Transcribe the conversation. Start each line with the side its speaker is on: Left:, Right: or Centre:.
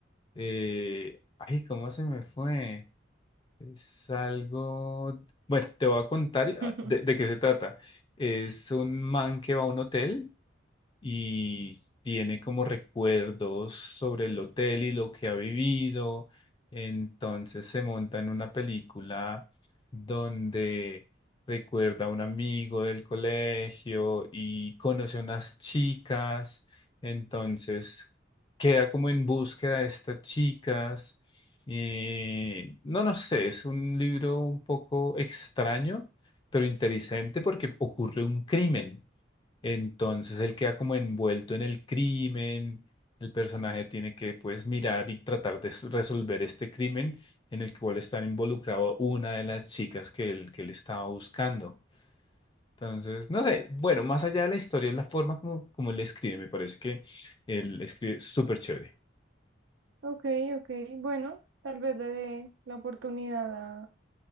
Left: Eh, Ay, ¿cómo se me fue? Es algo, bueno, te voy a contar ah,
Right: <laughs>
Left: de, de qué se trata. Es un man que va a un hotel y tiene como recuerdos sobre el hotel y lo que ha vivido. Entonces se monta en una película donde recuerda a un amigo del colegio y conoce a unas chicas. Entonces queda como en búsqueda de estas chicas. Eh, no, no sé, es un libro un poco extraño, pero interesante porque ocurre un crimen. Entonces él queda como envuelto en el crimen, el personaje tiene que pues mirar y tratar de s- resolver este crimen en el cual está involucrado una de las chicas que él, que él estaba buscando. Entonces, no sé, bueno, más allá de la historia, es la forma como, como él escribe, me parece que él escribe súper chévere.
Right: Ok, ok. Bueno, tal vez le dé la oportunidad a-